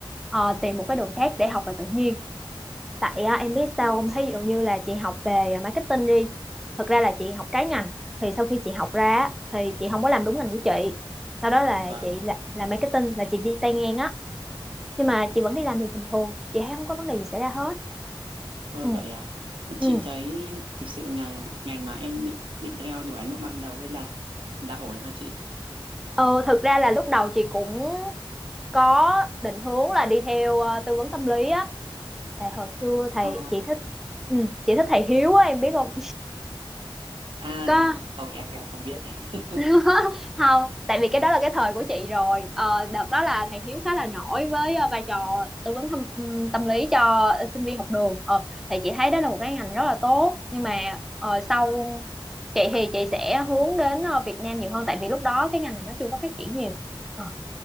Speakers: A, in the centre; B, on the right.
A: ờ, tìm một cái đường khác để học về tự nhiên tại à, em biết sao
B: vâng
A: không thí dụ như là chị học về à, marketing đi thực ra là chị học trái ngành thì sau khi chị học ra á, thì chị không có làm đúng ngành của chị sau đó là
B: vâng
A: chị là, làm marketing là chị đi tay ngang á nhưng mà chị vẫn đi làm được bình thường chị thấy không có vấn đề gì xảy ra hết
B: thôi
A: ừ
B: vậy à
A: ừ
B: chị thấy thực sự là ngành mà em định định theo đuổi lúc ban đầu ấy là là ổn hả chị
A: ờ, thực ra là lúc đầu chị cũng có định hướng là đi theo à, tư vấn tâm lý á tại hồi xưa thầy
B: ờ
A: chị thích ừ, chị thích thầy Hiếu á em biết không <laughs>
B: à
A: có
B: không em em không biết <laughs>
A: <laughs> không tại vì cái đó là cái thời của chị rồi ờ, đợt đó là thầy Hiếu khá là nổi với ờ, vai trò tư vấn thăm, ừm, tâm lý cho sinh viên học đường ờ, thì chị thấy đó là một cái ngành rất là tốt nhưng mà ờ, sau chị thì chị sẽ hướng đến ờ, Việt Nam nhiều hơn tại vì lúc đó cái ngành này nó chưa có phát triển nhiều Ờ,